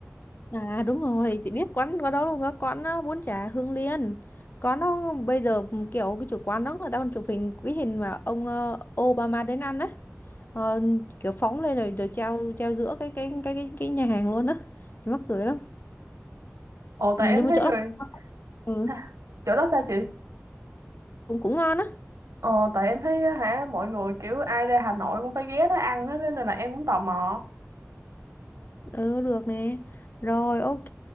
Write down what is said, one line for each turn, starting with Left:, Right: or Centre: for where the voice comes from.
Left: à đúng rồi chị biết quán có đâu luôn á quán á, bún chả Hương Liên có nó bây giờ ừ, kiểu cái chủ quán đó người ta còn chụp hình cái hình mà ông ờ, Obama đến ăn á Ờ, kiểu phóng lên rồi rồi treo treo giữa cái cái cái cái, cái nhà hàng luôn á mắc cười lắm
Right: Ồ
Left: ừ,
Right: tại
Left: nhưng
Right: em
Left: mà
Right: thấy
Left: chỗ
Right: người
Left: đó ừ,
Right: sao? Chỗ đó sao chị?
Left: cũng cũng ngon á
Right: Ờ tại em thấy á, hả mọi người kiểu ai ra Hà Nội cũng phải ghé đó ăn á nên là em cũng tò mò.
Left: Ừ được nè. Rồi ok.